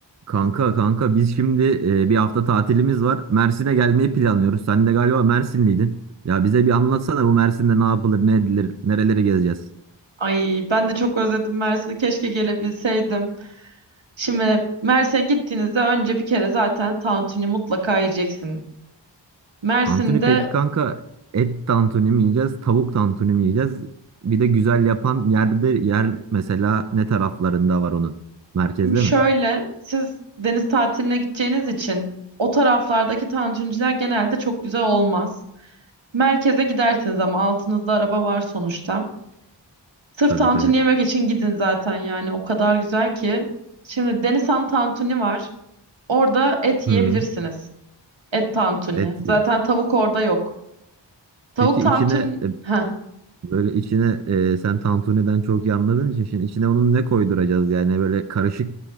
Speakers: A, on the right; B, on the right.
A: Kanka kanka biz şimdi e, bir hafta tatilimiz var. Mersin'e gelmeyi planlıyoruz. Sen de galiba Mersinliydin. Ya bize bir anlatsana bu Mersin'de ne yapılır, ne edilir, nereleri gezeceğiz?
B: Ay ben de çok özledim Mersin'i. Keşke gelebilseydim. Şimdi Mersin'e gittiğinizde önce bir kere zaten tantuni mutlaka yiyeceksiniz. Mersin'de
A: Tantuni peki kanka et tantuni mi yiyeceğiz, tavuk tantuni mi yiyeceğiz? Bir de güzel yapan yerde yer mesela ne taraflarında var onun? Merkezde
B: şimdi şöyle
A: mi?
B: siz deniz tatiline gideceğiniz için o taraflardaki tantuniciler genelde çok güzel olmaz. Merkeze gidersiniz ama altınızda araba var sonuçta. Sırf
A: Tabii
B: tantuni
A: tabii.
B: yemek için gidin zaten yani o kadar güzel ki. Şimdi Denizhan tantuni var. Orada et
A: Hı,
B: yiyebilirsiniz. Et tantuni.
A: et
B: Zaten
A: yeriz.
B: tavuk orada yok. Tavuk
A: Peki
B: tantuni
A: içine e,
B: Heh.
A: Böyle içine e, sen tantuniden çok iyi anladığın için şimdi içine onun ne koyduracağız yani böyle karışık